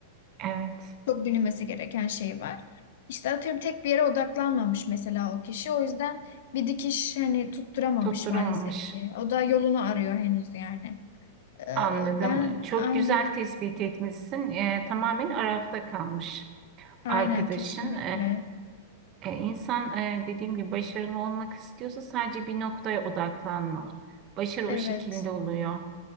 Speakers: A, on the right (about 25°); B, on the left (about 60°).
A: evet.
B: Çok bilinmesi gereken şey var. İşte atıyorum tek bir yere odaklanmamış mesela o kişi. O yüzden bir dikiş hani tutturamamış
A: Tutturamamış.
B: maalesef ki. O da yolunu arıyor henüz yani. Ee,
A: Anladım.
B: ben
A: Çok
B: aynen
A: güzel tespit etmişsin. Ee, tamamen arafta kalmış
B: aynen
A: arkadaşın.
B: kesinlikle.
A: E, insan e, dediğim gibi başarılı olmak istiyorsa sadece bir noktaya odaklanmalı. Başarı
B: Evet.
A: o şekilde oluyor.